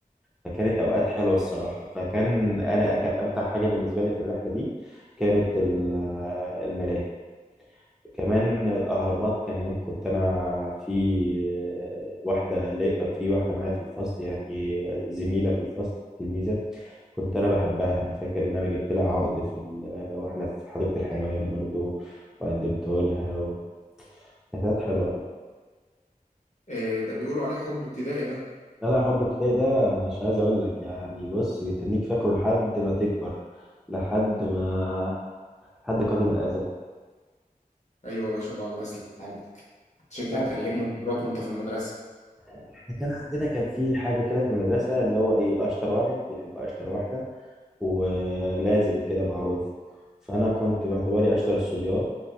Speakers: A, in the centre; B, on the left.
A: فكانت أوقات حلوة الصراحة فكان أنا كان أمتع حاجة بالنسبة لي في الرحلة دي كانت ال- الملاهي كمان الأهرامات كان هناك كنت أنا في آه، واحدة لي- في واحدة معايا في الفصل يعني زميلة في الفصل تلميذة كنت انا بحبها انا فاكر ان انا جبت لها عقد في ال... آه، واحنا في حديقة الحيوان برضو وقدمته لها و... كانت حلوة أوي.
B: إيه ده بيقولوا عليه حب ابتدائي ده
A: لا لا حب ابتدائي ده مش عايز اقول لك يعني بص بيتنيك فاكره لحد ما تكبر لحد ما لحد قديم الازل
B: ايوه يا باشا بقى الله يصلح حالك شكلك
A: بعد-
B: كان ليك مغامرات وانت في المدرسه
A: احنا كان عندنا كان في حاجة كده في المدرسة اللي هو ايه اشطر واحد بيحب اشطر واحدة ولازم كده معروف فانا كنت باعتباري اشطر الصبيان